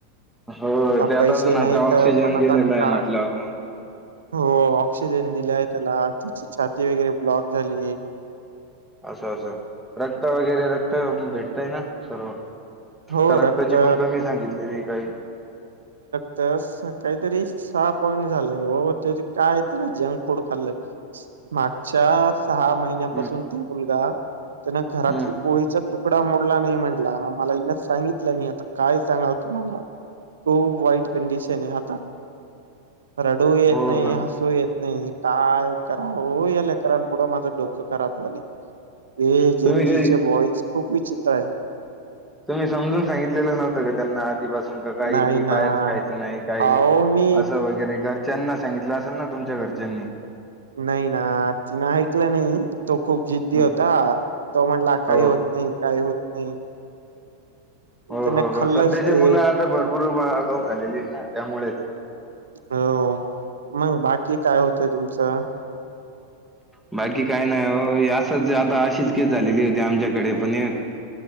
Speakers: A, in the centre; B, on the right.
A: हो
B: आता
A: त्यात
B: पैसे
A: अजून
B: नाहीत
A: आता ऑक्सिजन
B: पण
A: गेलेला
B: आता
A: आहे
B: काय
A: म्हटल्यावर मग
B: हो ऑक्सिजन दिलाय त्याला त्याची छाती वगैरे ब्लॉक झालीये.
A: असं असं रक्त वगैरे रक्त भेटतय ना सर्व
B: हो
A: का रक्ताची
B: रक्त
A: पण कमी सांगितलेली. काही
B: तर काहीतरी सहा पॉईंट झालंय हो त्या कायतरी जंक फूड खाल्लंय. मागच्या सहा महिन्यापासून
A: हम्म
B: ते मुलगा त्यांन घरातली
A: हम्म
B: पोळीचा तुकडा मोडला नाही म्हटला मला यस सांगितलं मी आता काय सांगाव तुम्हाला तो व्हाइट कंडिशन हाय आता. रडूही येत
A: हो
B: नाही,
A: का
B: हसूहीयेत नाही. काय करावं या लेकरां पुुढं माझं डोकं खराब झालंय. हे
A: तुम्ही
B: जनजीचे
A: कधी
B: बॉईज खूप विचित्र हायत.
A: तुम्ही समजून सांगितलेलं नव्हतं का त्यांना, आधिपास काही
B: नाही
A: की
B: ना
A: बाहेरच खायचं नाही, काही
B: अहो मी
A: असं वगैरे घर त्यांना सांगितलं असेल ना, तुमच्या घरच्यांनी.
B: नाही ना, तिनं ऐकलं नाही. तो खूप जिद्दी
A: हम्म
B: होता, तो म्हंटला काही
A: हो
B: होत नाही, काही होत नाही.
A: हो
B: त्याने
A: हो
B: खाल्लंच
A: हो, सध्याची
B: ते
A: मुलं आता भरपूर आगाऊ झालेली हाईत, त्यामुळेच
B: हो, मग बाकी काय होतंय तुमचं?
A: बाकी काय नाही हो, यासंच आता अशीच केस झालेली होती आमच्याकडे पण एक.